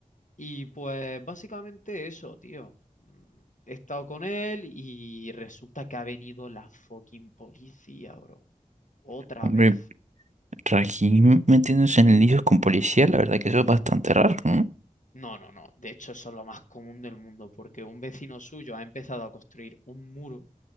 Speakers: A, on the left; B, on the right.
A: y pues básicamente eso, tío. Mm, He estado con él y resulta que ha venido la fucking policía, bro. Otra
B: Hombre,
A: vez.
B: Rajim metiéndose en líos con policía, la verdad que eso es bastante raro, ¿no?
A: No, no, no. De hecho, eso es lo más común del mundo, porque un vecino suyo ha empezado a construir un muro